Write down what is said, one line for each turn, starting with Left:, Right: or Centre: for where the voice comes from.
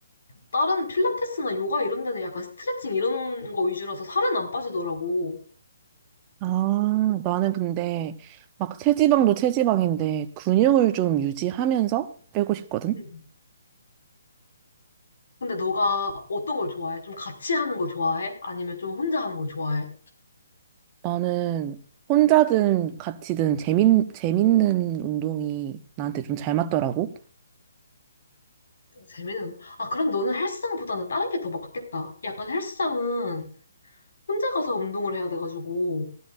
Left: 다른 필라테스나 요가 이런 데는 약간 스트레칭 이런 거 위주라서 살은 안 빠지더라고.
Right: 아, 나는 근데 막 체지방도 체지방인데 근육을 좀 유지하면서 빼고 싶거든?
Left: 응. 근데 너가 어떤 걸 좋아해? 좀 같이 하는 걸 좋아해? 아니면 좀 혼자 하는 걸 좋아해?
Right: 나는 혼자든 같이든 재밌, 재밌는 운동이 나한테 좀 잘 맞더라고.
Left: 재미는 아 그럼 너는 헬스장보다는 다른 게 더 맞겠다. 약간 헬스장은 혼자 가서 운동을 해야 돼가지고